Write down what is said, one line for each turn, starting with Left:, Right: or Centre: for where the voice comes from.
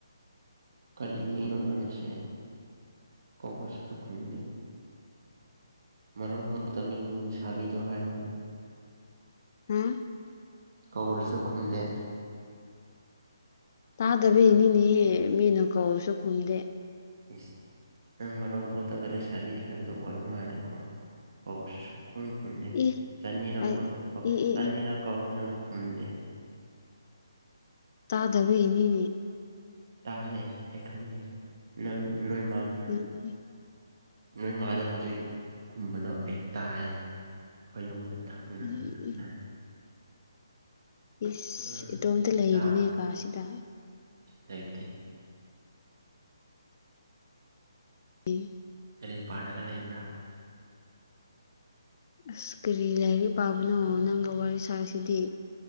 Right: ꯀꯔꯤ ꯃꯤꯅꯣ ꯅꯪꯁꯦ ꯀꯥꯎꯕꯁꯨ ꯈꯨꯝꯗꯦ ꯃꯔꯣꯟ ꯊꯣꯛꯂꯇꯕꯤ ꯂꯩꯁꯥꯕꯤꯗꯣ ꯍꯥꯏꯕ꯭ꯔꯥ
Left: ꯍꯥꯝ
Right: ꯀꯧꯔꯁꯨ ꯈꯨꯝꯗꯦ꯫
Left: ꯇꯥꯗꯕꯩꯅꯤꯅꯦꯍꯦ ꯃꯤꯅ ꯀꯧꯔꯁꯨ ꯈꯨꯝꯗꯦ
Right: ꯌꯦꯁ ꯅꯪ ꯃꯔꯣꯟ ꯊꯣꯛꯇꯕ ꯂꯩꯁꯥꯕꯤ ꯍꯥꯏꯕꯗꯣ ꯑꯣꯟꯕ ꯃꯥꯜꯂꯦꯀꯣ ꯀꯧꯕꯁꯨꯁꯨ ꯈꯨꯝ ꯈꯨꯝꯗꯦ
Left: ꯏ
Right: ꯆꯅꯤꯔꯛ
Left: ꯑꯩ
Right: ꯈꯨꯝ ꯑꯣ
Left: ꯏ ꯏ
Right: ꯆꯅꯤꯔꯛ
Left: ꯏ
Right: ꯀꯧꯋꯦ ꯅꯪ ꯈꯨꯝꯗꯦ꯫
Left: ꯇꯥꯗꯕ ꯏꯅꯦ
Right: ꯇꯥꯏꯌꯦ ꯑꯩ ꯈꯪꯉꯦ ꯅꯪ ꯅꯣꯏꯃꯥꯟ꯫
Left: ꯎꯝ ꯎꯝ
Right: ꯅꯣꯏ ꯃꯥꯅ ꯍꯧꯖꯤꯛ ꯈꯨꯝꯕꯗꯣ ꯑꯩ ꯇꯥꯏ ꯑꯩꯈꯣꯏ ꯌꯨꯝꯗ ꯊꯝ
Left: ꯎꯝ
Right: <unintelligible>
Left: ꯏꯁ
Right: ꯎꯝ
Left: ꯏꯇꯣꯝꯇ
Right: ꯁꯤꯗ
Left: ꯂꯩꯔꯤꯅꯦꯀꯥꯁꯤꯗ
Right: ꯂꯩꯇꯦ
Left: <inaudible>
Right: ꯂꯔꯤꯛ ꯄꯥꯔꯒ ꯂꯩꯕ꯭ꯔꯥ
Left: ꯑꯁ ꯀꯔꯤ ꯂꯥꯏꯔꯤꯛ ꯄꯥꯕꯅꯣ ꯅꯪꯒ ꯋꯥꯔꯤ ꯁꯥꯏꯁꯤꯗꯤ